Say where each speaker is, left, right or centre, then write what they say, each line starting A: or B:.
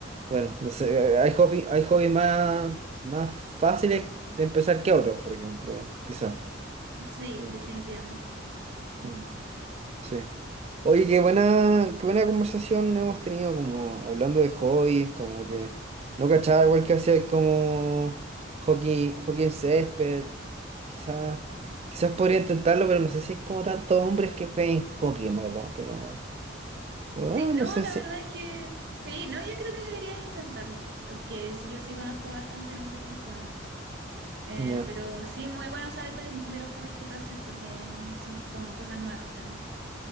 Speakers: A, on the right (about 30°); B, on the right (about 60°).
A: Bueno, no sé, hay hobby, hay hobbies más, más fáciles de empezar que otros, por ejemplo, quizá.
B: Sí,
A: Mm.
B: definitivamente. Mm.
A: Mm, Sí. Oye, qué buena, qué buena conversación hemos tenido como hablando de hobbies, como que no cachaba igual que hacer como hockey, hockey en césped. Quizás, quizás podría intentarlo, pero no sé si hay como tantos hombres que jueguen hockey, en verdad, pero, pero,
B: Sí,
A: ah,
B: no,
A: no sé
B: la
A: si.
B: verdad es que sí, no, yo creo que deberías intentarlo, porque sí, yo sí conozco bastante hombres que juegan, Eh,
A: Ya.
B: pero sí, muy bueno saber de, de los hobbies que tú haces, porque son como cosas nuevas para mí.